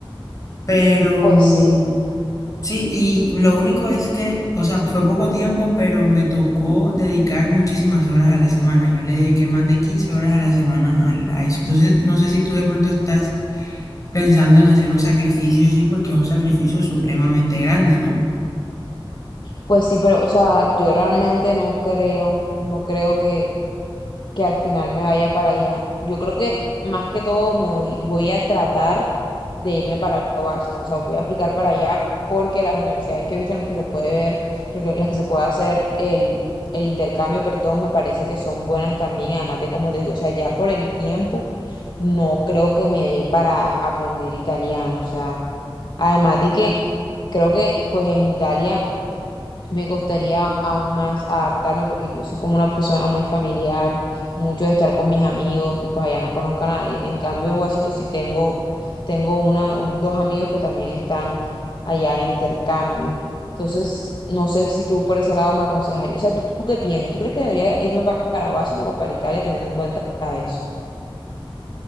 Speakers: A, on the left (about 40°); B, on the left (about 55°).
A: Pero
B: Pues sí,
A: Sí, y lo único es que, o sea, fue poco tiempo, pero me tocó dedicar muchísimas horas a la semana. Yo le dediqué más de 15 horas a la semana al- a, eso. Entonces, no sé si tú de pronto estás pensando en hacer un sacrificio así, porque es un sacrificio supremamente grande, ¿no?
B: pues sí, pero o sea, yo realmente no creo, no creo que que al final me vaya para allá. Yo creo que más que todo me voy, voy a tratar de irme para Washington, o sea, voy a aplicar para allá porque las universidades que he visto en las que se puede ver, lo que- las que se puede hacer el, el intercambio, perdón, me parece que son buenas también, además de como te digo, o sea, ya por el tiempo no creo que me dé para aprender italiano, o sea, además de que creo que pues en Italia me gustaría aún más adaptarme porque yo soy como una persona muy familiar, mucho de estar con mis amigos y pues allá no conozco a nadie. En cambio, en Washington sí tengo, tengo una, un- dos amigos que también están allá de intercambio. Entonces, no sé si tú por ese lado me aconsejarías. O sea, ¿tú qué piensas? ¿Tú crees que debería irme pa- para, Washington o para Italia teniendo en cuenta eso?